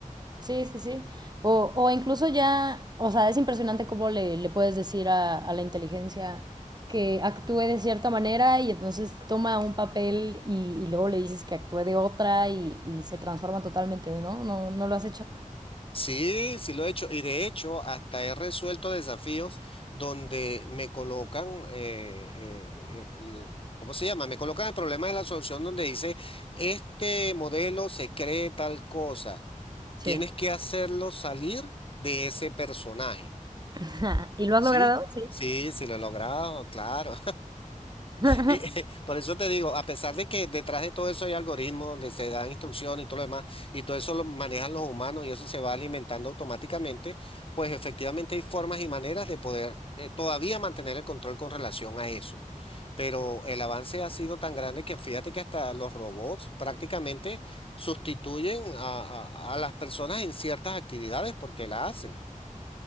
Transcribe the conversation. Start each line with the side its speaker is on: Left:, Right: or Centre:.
Right: Sí, sí, sí. O, o incluso ya, o sea, es impresionante cómo le, le puedes decir a, a la inteligencia que actúe de cierta manera y entonces toma un papel y, y luego le dices que actúe de otra y, y se transforma totalmente, ¿no? ¿No, no lo has hecho?
Left: Sí, sí lo he hecho. Y de hecho, hasta he resuelto desafíos donde me colocan, eh, eh, el- ¿cómo se llama? Me colocan el problema de la solución donde dice, este modelo se cree tal cosa.
Right: Sí.
Left: Tienes que hacerlo salir de ese personaje.
Right: <laughs> ¿Y lo has
Left: Sí,
Right: logrado? Sí.
Left: sí, sí lo he logrado, claro.
Right: <laughs>
Left: Y, <laughs> por eso te digo, a pesar de que detrás de todo eso hay algoritmos donde se dan instrucciones y todo lo demás, y todo eso lo manejan los humanos y eso se va alimentando automáticamente, pues efectivamente hay formas y maneras de poder eh, todavía mantener el control con relación a eso. Pero el avance ha sido tan grande que fíjate que hasta los robots prácticamente sustituyen a, a a las personas en ciertas actividades porque la hacen.